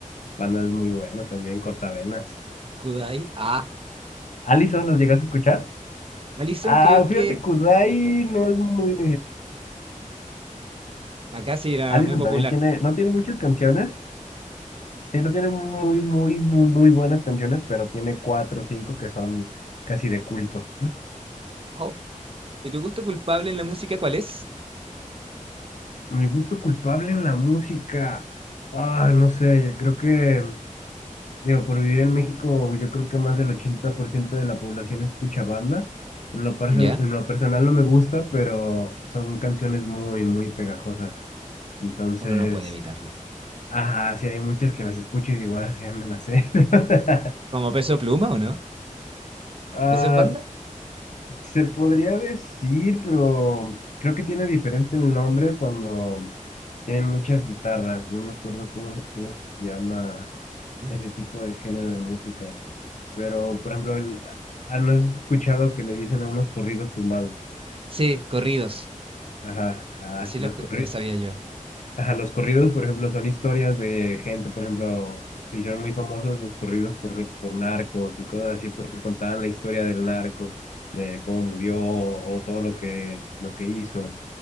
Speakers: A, on the left; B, on the right.
A: Panda es muy bueno también, Cortavenas.
B: Kudai. Ah.
A: Allison, ¿los llegas a escuchar?
B: Alison
A: Ah,
B: creo que...
A: fíjate, Kudai
B: Poco.
A: no es muy...
B: Acá sí era
A: Allison
B: muy popular.
A: también tiene, no tiene muchas canciones, Sí, no tiene muy, muy, muy, muy buenas canciones, pero tiene cuatro o cinco que son casi de culto.
B: Oh. ¿Y tu gusto culpable en la música cuál es?
A: Mi gusto culpable en la música. Ah, no sé, yo creo que, digo, por vivir en México, yo creo que más del 80% de la población escucha banda. En lo, perso-
B: ¿Ya?
A: en lo personal no me gusta, pero son canciones muy, muy pegajosas. Entonces,
B: Uno no puede evitarlo.
A: ajá, sí hay muchas que las escucho y digo, ah, sí, ya me las sé. <laughs>
B: ¿Como Peso Pluma o no?
A: Ah,
B: Esa es banda?
A: se podría decir, pero creo que tiene diferente el nombre cuando tienen muchas guitarras. No me acuerdo cómo, cómo se llama
B: Mm.
A: ese tipo de género de música. Pero, por ejemplo, el- ah, ¿no has escuchado que le dicen a unos corridos tumbados?
B: Sí, corridos.
A: Ajá, ah,
B: Así
A: los,
B: lo, escu-
A: corri-
B: lo sabía yo.
A: Ajá, los corridos, por ejemplo, son historias de gente, por ejemplo, se hicieron muy famosos los corridos por, por narcos y cosas así, porque contaban la historia del narco, de cómo murió o todo lo que, lo que hizo.